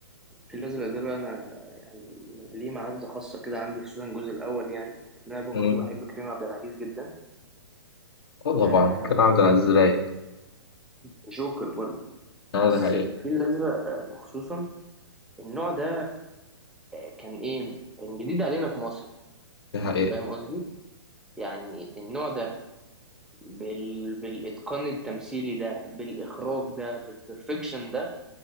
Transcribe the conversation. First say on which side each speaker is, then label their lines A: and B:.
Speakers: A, in the centre; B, on the left.
A: في الأزرق ده بقى أنا يعني ليه معزة خاصة كده عندي خصوصا الجزء الأول يعني إن أنا برضو
B: مم.
A: بحب كريم عبد العزيز جدا
B: اه طبعا
A: آه
B: كان عبد العزيز رايق
A: جوكر برضو
B: اه
A: بس
B: ده حقيقة
A: الفيل الأزرق آه، خصوصا النوع ده آه، كان إيه كان جديد علينا في مصر
B: ده حقيقة
A: فاهم قصدي يعني النوع ده بال... بالإتقان التمثيلي ده بالإخراج ده بالبرفكشن ده